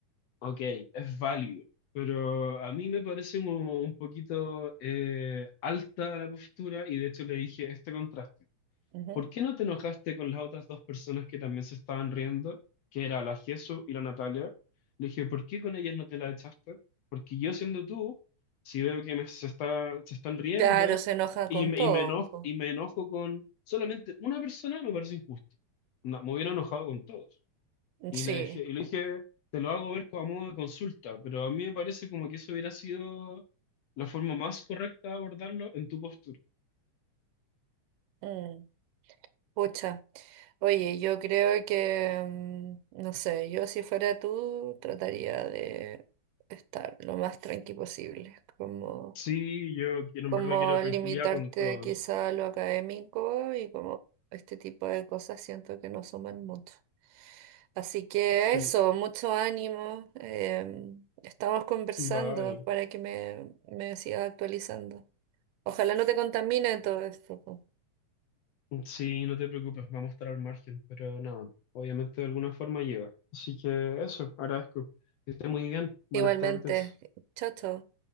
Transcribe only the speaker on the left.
Ok, es válido, pero a mí me parece como un poquito eh, alta la postura y de hecho le dije este contraste.
¿Por qué no te enojaste con las otras dos personas que también se estaban riendo, que era la Jesu y la Natalia? Le dije, ¿por qué con ellas no te la echaste? Porque yo siendo tú, si veo que me, se está, se están riendo
y
me,
y me enojo,
y me enojo con solamente una persona, me parece injusto. No, me hubiera enojado con todos. Y
le dejé, y le dije, te lo hago ver como a modo de consulta, pero a mí me parece como que eso hubiera sido la forma más correcta de abordarlo en tu postura.
Sí, yo quiero, en
verdad quiero tranquilidad
con todos.
Sí,
vale.
Sí, no te preocupes, vamos a estar al margen, pero nada, obviamente de alguna forma llega. Así que eso, agradezco. Que esté muy bien. Buenas
tardes.